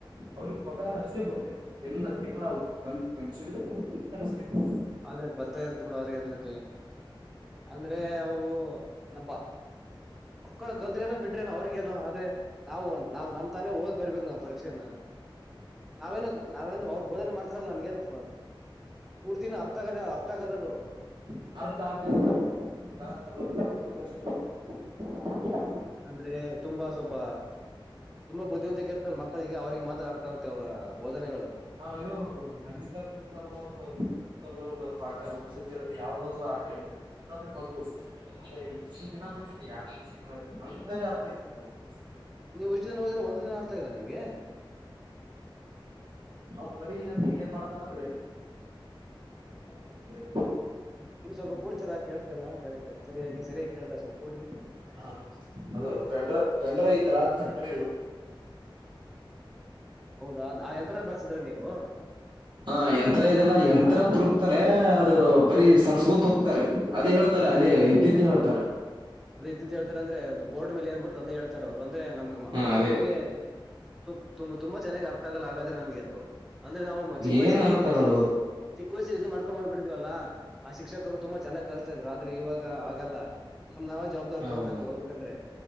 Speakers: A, on the right (about 60°); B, in the centre.
A: ಅವ್ರಿಗೆ ಪಗಾರ ಅಷ್ಟೇ ಬರುತ್ತೆ ಎಲ್ಲ ತಿಂಗಳ ಕಲಸಿದ್ರೆ ಬರತ್ತೆ ಕಳಸಿಲಿಕ್ಕು ಬರುತೆ
B: ಅದೇ ಬರ್ತಾ ಇರ್ತ ಬಿಡ ಅವ್ರ ಏನ್ ಮತ್ತ ಅಂದ್ರೆ ಅವರು ನ ಮಕ್ಕಳು ಕಲ್ತ್ರೇನ ಬಿಟ್ರೇನ ಅವ್ರಗೇನು ಅದೇ ನಾವು ನಾ ನಮ್ ತಾನೇ ಓದ್ ಬರ್ಬೇಕು ನಾವು. ಪರೀಕ್ಷೆನ ನಾವೇನು ನಾವೇನು ಅವ್ರ ಬೋಧನೆ ಮಾಡ್ತಾರಲ್ಲ ನಮ್ಗೇನು, ಪೂರ್ತಿನ ಅರ್ಥ ಆಗದ ಅರ್ಥ ಆಗಲ್ಲ ಅದು.
A: <unintelligible>
B: ಅಂದ್ರೆ ತುಂಬಾ ಸ್ವಲ್ಪ. ತುಂಬಾ ಬುದ್ಧಿವಂತಿಕೆ ಇರ್ತಾರ ಮಕ್ಕಳಿಗೆ ಅವ್ರಿಗೆ ಮಾತ್ರ ಅರ್ಥ ಆಗುತ್ತೆ ಅವರ ಬೋಧನೆಗಳು.
A: ಹ ಇವರು ಅವ್ರು ಮಲ್ಲಿಕಾರ್ಜುನ್ ಸರ್ದ ಅವರ್ಧು, ಸರ್ ದು ಪಾಠ ಒಂದ್ಸತಿ ಆದ್ರೆ ಯಾವ್ದ ಆರಥಾದ್ರೆ ಒಂದು ಅಂದ್ರೆ ಇಷ್ಟು ದಿನ ಬ ದಿಯಾ ಎರಡು ದಷಗಳು ಒಂದರೆ ಅರೆ ಅರ್ಥ ಆಗತ್ತ ಲೆ ಅವ್ರುದು.
B: ನೀವು ಇಷ್ಟು ದಿನ ಹೋದ್ರೆ ಒಂದ್ ದಿನ ಅರ್ತಾ ಆಗಿಲ್ಲ ನಿಮ್ಗೆ.
A: ಅವ್ ಬರೀ ಅ ಏನ್ ಮಾಡ್ತಾನ ಅಂದ್ರೆ ಆಗ್ತಾನ ಅಂದ್ರೆ
B: ನೀವ್ ಸ್ವಲ್ಪ ಕೂಡ್ತರಾ ಕೇಳ್ತಲ್ಲ ಕರೆಕ್ ಸರಿಯಾಗಿ ಸರಿಯಾಗಿ ಕೇಳ್ತಾರ ಸ್ವಲ್ಪ ಕೂಡ್ರಿ
A: ಹಾ ಅದು ಪೆಂಡ್ರ ಪೆಂಡ್ರೈ ಇತಲಾ ಪೆಂಡ್ರಯು
B: ಹೌದಾ ಆ ಯಂತ್ರನ ಬಳಸಿದ್ರ ನೀವು
A: ಹಾ ಯಂತ್ರ ಇದೆಲ್ಲ ಯಂತ್ರ ತುರುಕ್ತಾರೆ ಅದು ಬರೀ ಸರಸಗೊಂತ ಹೋಕ್ತಾರೆ ಅದೇ ಹೇಳ್ತಾರೆ ದೇ ಇದ್ದಿದ್ದು ಹೇಳ್ತಾರೆ
B: ಅದ ಇದ್ದ ಹೇಳ್ತಾರೆಂದ್ರೆ ಬೋಡ್ ಮೇಲೆ ಏನ್ ಬರದ ಅದೇ ಹೇಳತಾರೆ ಅವರು ಅದೇ ನಮಗ
A: ಹ ಅದೇ
B: ನಮಗೆ ತು ತುಂಬ ತುಂಬಾ ಚೆನ್ನಾಗ ಅರ್ಥ ಆಗಲ್ಲ ಹಾಗಾದ್ರೆ ನಮ್ಗೆ ಅದು ಅಂದ್ರೆ ನಾವುಮ್ಮ ಚಿಕ್ಕ
A: ಏನ್
B: ವಯಸಲ್ಲಿ
A: ಅರ್ಥ ಆಗಲ್ಲ
B: ಇದು ಚಿಕ್ಕ ವಯಸಲ್ಲಿ ಇದು ಮಾಡ್ಕೊ ಬಂದ್ಬ ಬಿಟ್ಟಿದ್ವಲ್ಲ ಆ ಶಿಕ್ಷಕರು ತುಂಬಾ ಚೆನ್ನಾಗ್ ಕಳಸ್ತಾ ಇದ್ರು ಆದ್ರೆ ಇವಾಗ ಆಗಲ್ಲ ನಮ್ ನಾವೇ ಜವಾಬ್ದಾರ್
A: ಹೌದೌದು
B: ತಗೋಬೇಕು ಓದಬೇಕಂದ್ರೆ